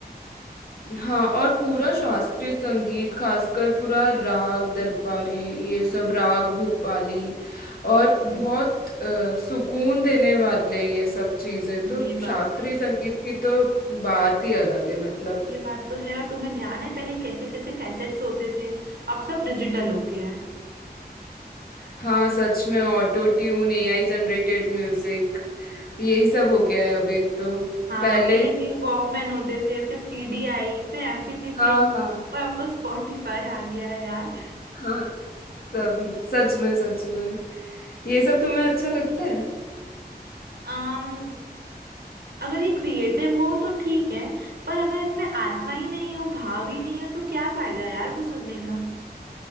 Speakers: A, on the left (about 65°); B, on the right (about 75°).
A: हाँ और पूरा शास्त्रीय संगीत खासकर पूरा राग दरबारी ये सब राग भूपाली और
B: हम्म,
A: बहुत अ, सुकून देने वाले हैं ये सब चीजें
B: ये
A: तो
B: बात
A: शास्त्रीय
B: तो है
A: संगीत की तो बात ही अलग है मतलब
B: ये बात तो है और तुम्हें ध्यान है पहले कैसे कैसे कैसेट्स होते थे अब सब डिजिटल हो गया है
A: हाँ सच में auto tune AI generated music यही सब हो गया है अभी तो
B: हाँ
A: पहले
B: पहले के वॉकमैन होते थे फिर सीडी आई फिर एमपी थ्री प्लेयर
A: हाँ हाँ
B: और अब तो स्पॉटिफाई आ गया है यार
A: हाँ सब सच में सच में ये सब तुम्हें अच्छा लगता है
B: अम्म अगर ये क्रिएटिव हो तो ठीक है पर अगर इनमें आत्मा ही नहीं हो भाव ही नहीं हो तो क्या फायदा यार वो सुनने का